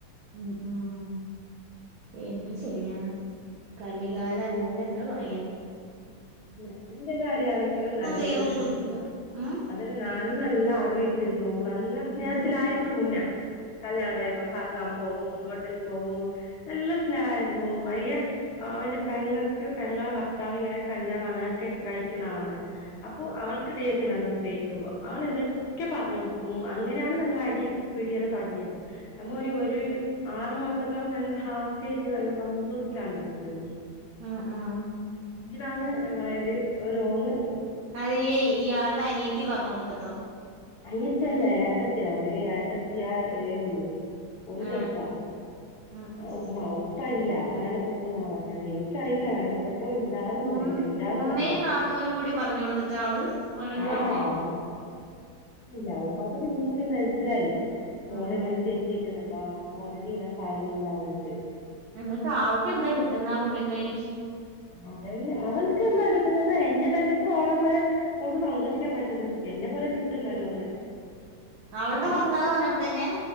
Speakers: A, on the right (about 80°); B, on the left (about 50°).
A: ഉം ഉം എന്ത് ചെയ്യാനാ കളികാല അല്ലാണ്ട് എന്താ പ വയ്യ
B: അതല്ലെ എന്റെ കാര്യ ആണെങ്കിലും നല്ല
A: ദൈവം കൊടുക്കില്ല ഉം
B: അതി നാലു നല്ല ആഗ്രഹിച്ചിരുന്നു നല്ല സ്നേഹത്തിലായിരുന്നു
A: ആ ആ
B: മുന്നേ കല്യാണം കഴിയുമ്പ കറങ്ങാൻ പോകും ഹോട്ടല്ല് പോവും നല്ല സ്നേഹായി നോമ്പയ്യ അവന്റെ പെങ്ങക്ക് പെങ്ങളെ ഭർത്താവ് ഇങ്ങനെ കഞ്ചാവ് അങ്ങനൊക്കെ കഴിക്കുന്ന ആളാണ്. അപ്പോ അവൾക്ക് ദേഷ് ച്ഛനങ്ങ് സ്നേഹിക്കുമ്പോ അവൾ എന്തൊക്കെ പർഞൊടു ഉം അങ്ങനേണ് ഞങ്ങൾ അടി പിടിയെല്ലാ തൊട്ങ്ങിയത്. നമ്മ ഒരു ഒര് ആറു മാ <unintelligible> നല്ല ഹാപ്പി യായിട്ട് നല്ല സന്തോഷ്ത്തിലാണ് ജീവിച്ചത്.
A: ഉം ഉം
B: ഇലാണ് ഞങ്ങളയില് ഒരു റൂമ്
A: അയീ ഇയാൾടെ അനിയത്തി പർഞ്ഞൊടുത്ട്ടോ?
B: അനിയതെല്ല ഏട്ടത്തിയാ ഒരു ഏട്ടത്തിയാ വേ ഉള്ളു ഓന്
A: ആ
B: ചെർതാ
A: ഉം ഉം
B: ഉമ്മ ഉപ്പ ഇല്ല മരണപ്പെട്ടുന്നാ പറഞ്ഞത്. എനിക്കറിയില്ല മരണപ്പെട്ടോ ഇണ്ടാന്നൊന്നും
A: ഉം
B: അറിയില്ല ഇല്ലാന്നാ
A: ഉമ്മേം
B: പറഞ്ഞത്
A: നാത്തൂനും കൂടി പറഞ്ഞു കൊടുത്തിട്ടാള് ഓരോന്ന്
B: ആണോ
A: പർഞ്ഞേ
B: ഇല്ല ഉമ്മാക്ക് പിന്നീട് മത്സരായി മോളിങ്ങനെ
A: ഉം ഉം
B: തെറ്റിക്കുന്നതാ മോൻ്റെ ജീവിതം പളിയുന്ന അവൾക്ക്
A: എന്നിട്ട് ആൾക്ക് എന്താ കിട്ടുന്ന ആ പുള്ളിക്കാരിക്ക്
B: അതെ അവൾക്ക് എന്താ കിട്ടുന്നേന്നാ എന്നെ തല്ലുമ്പോ ഓളെ പോലെ ഓൾക്ക് സന്തോഷിക്കാൻ പറ്റുന്ന് എന്നെ പോലെ കിട്ടുന്നല്ലോലേ
A: അവളുടെ
B: ഓള
A: ഭർത്താവ്
B: മാപ്പള ഇങ്ങനെ
A: അങ്ങനെ തന്നെയാ